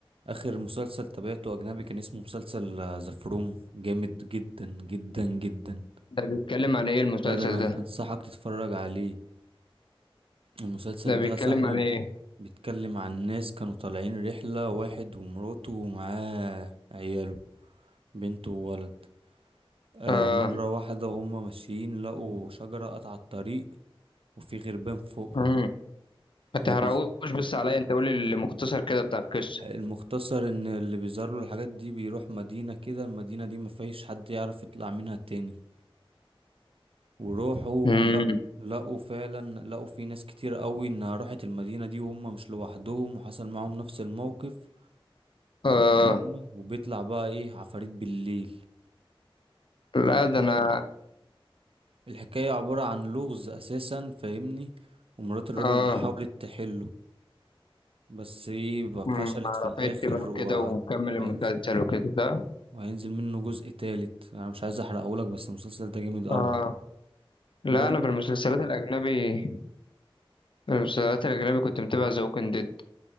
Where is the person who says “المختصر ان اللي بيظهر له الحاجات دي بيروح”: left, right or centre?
Right